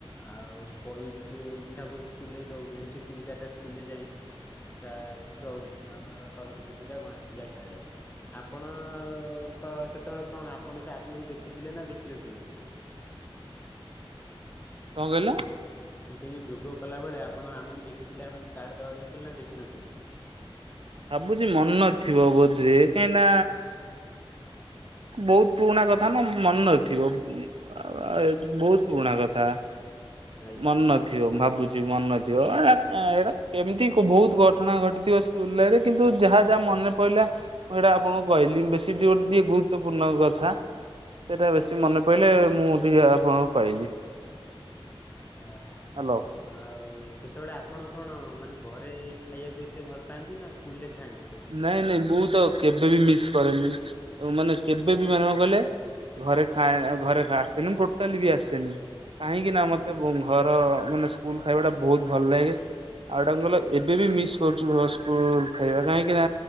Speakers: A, on the left; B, on the right.
A: ଆଉ। କଇ ସ୍କୁଲ ଇଛାପୁରୁ ସ୍କୁଲରେ ଦଉ ଛନ୍ତି ତିନି ଚାରିଟା ସ୍କୁଲରେ ଯାଇକି କା ଦଉ ଆମର ସରସ୍ଵତୀ ପୂଜା ଗଣେଶ ପୂଜା କାର୍ଡ। ଆପଣ ତ ସେତେବେଳେ କଣ ଆପଣ ସାପକୁ ଦେଖିଥିଲେ ନା ଦେଖିନଥିଲେ?
B: କଣ କହିଲ?
A: ସେଇ ଯୋଉ ଯୋଗ କଲା ବେଳେ ଆପଣ ଆମକୁ ଦେଖିଥିଲେ ଆମେ କାର୍ଡ ଦେବାକୁ ଯାଇଥିଲୁ ନା ଦେଖିନଥିଲେ?
B: ଭାବୁଛି ମନ ନଥିବ ବୋଧେ। କାହିଁକି ନା ବହୁତ ପୁରୁଣା କଥା ନା ମନେ ନଥିବ ବହୁତ ପୁରୁଣା କଥା।
A: ଆଜ୍ଞା।
B: ମନେ ନଥିବ ଭାବୁଛି ମନେ ନଥିବ ଏଇଟା କେମିତି ବହୁତ ଘଟଣା ଘଟିଥିବ ସ୍କୁଲରେ କିନ୍ତୁ ଯାହା ଯାହା ମନେ ପଡିଲା ମୁଁ ସେଇଟା ଆପଣଙ୍କୁ କହିଲି ବେଶୀ ଦୁଇଟି ଗୁରୁତ୍ୱପୂର୍ଣ କଥା। ସେଟା ବେଶୀ ମନେ ପଇଲା ମୁଁ ଟିକେ ଆପଣଙ୍କୁ କହିଲି।
A: ଓହୋ
B: ହ୍ୟାଲୋ।
A: ଆଉ ସେତେବେଳେ ଆପଣ କଣ ମାନେ? ଘରେ ଖାଇବାକୁ ଏତେ ଭଲ ପାଆନ୍ତି ନା ସ୍କୁଲରେ ଖାଆନ୍ତି ସବୁ?
B: ନାଇଁ ନାଇଁ ମୁଁ ତ କେବେବି ମିସ୍ କରେନି ମାନେ କେବେ ବି ମାନେ କଣ କହିଲେ? ଘରେ ଖାଏ ଘରେ ଖାଇ ଆସେନି ଟୋଟାଲି ବି ଆସେନି। କାହିଁକି ନା ମତେ ଘର ମାନେ ସ୍କୁଲ ଖାଇବାଟା ବହୁତ ଭଲ ଲାଗେ। ଆଉଟଡା କ ଏବେ ବି ମିସ୍ କରୁଛୁ ଘ ସ୍କୁଲ ଖାଇବା <inaudible> କାହିଁକି ନା